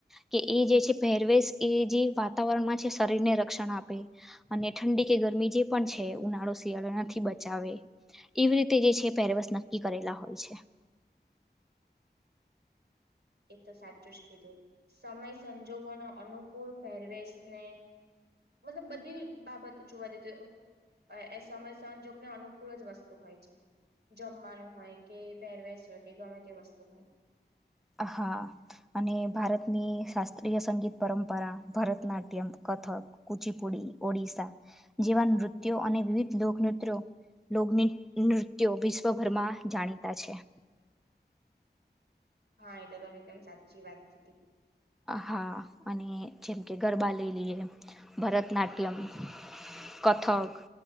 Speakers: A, in the centre; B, on the right (about 65°).
A: કે એ જે છે પહેરવેશ એ જે વાતાવરણમાં છે શરીરને રક્ષણ આપે અને ઠંડી કે ગરમી જે પણ છે ઉનાળો શિયાળો નથી બચાવે એવી રીતે જે છે પેરવસ નક્કી કરેલા હોય છે
B: એ તો સાચું જ કીધું સમય સંજોગો ના અનુકૂળ પેરવેશને મતલબ બધી બાબતો જોવા જઈતી. એ સમય સંજોગને અનુકૂળ જ વસ્તુ હોય છે. જમવાનું હોય કે પહેરવેશ હોય કે ગમે તે વસ્તુ હોય.
A: હ હા અને ભારતની શાસ્ત્રીય સંગીત પરંપરા ભરતનાટ્યમ કથક કુચીપુડી ઓડિશસા જેવા નૃત્યો અને વિવિધ લોકનૃત્યો લોગ નૃત્યો વિશ્વભરમાં જાણીતા છે
B: હા એ તો તમે એકદમ સાચી વાત કી થી
A: હા અને જેમ કે ગરબા લલીએ ભરતનાટ્યમ કથક.